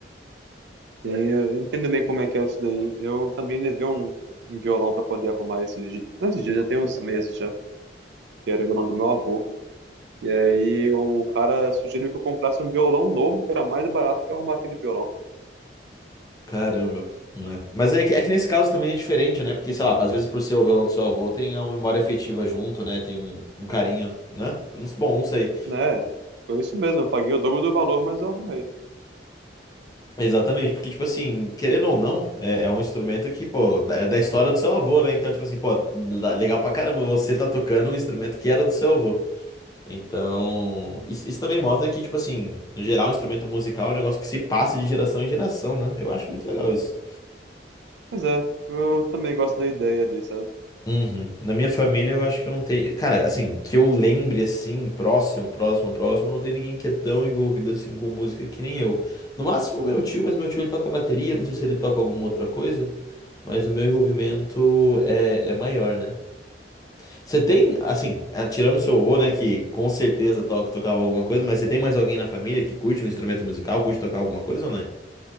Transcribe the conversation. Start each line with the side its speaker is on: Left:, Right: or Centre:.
Right: Sim, eu entendo bem como é que é isso daí. Eu também levei um, um violão pra poder arrumar esses dias. Esses dias já tem uns meses já. Que era o violão do meu avô. E aí o cara sugeriu que eu comprasse um violão novo, que era mais barato que arrumar aquele violão.
Left: Caramba, né? Mas é que, é que nesse caso também é diferente, né? Porque, sei lá, às vezes por ser o violão do seu avô tem uma memória afetiva junto, né? Tem um, um carinho, né? Eu não- Bom, não sei.
Right: Né? Foi isso mesmo. Eu paguei o dobro do valor, mas eu arrumei.
Left: Exatamente, porque, tipo assim, querendo ou não, é, é um instrumento que, pô, da- é da história do seu avô, né? Então, tipo assim, pô, la- legal pra caramba, você tá tocando um instrumento que era do seu avô. Então, isso, isso também mostra que, tipo assim, no geral, um instrumento musical é um negócio que se passa de geração em geração, né? Eu acho muito legal isso.
Right: Pois é. Eu também gosto da ideia ali, sabe?
Left: Uhum. Na minha família, eu acho que eu não tenho. Cara, assim, que eu lembre assim, próximo, próximo, próximo, não tem ninguém que é tão envolvido assim com música que nem eu. No máximo, meu tio, mas meu tio ele toca bateria, não sei se ele toca alguma outra coisa, mas o meu envolvimento é, é maior, né? Você tem, assim, ah, tirando seu avô, né, que com certeza toca, tocava alguma coisa, mas você tem mais alguém na família que curte um instrumento musical, curte tocar alguma coisa ou não?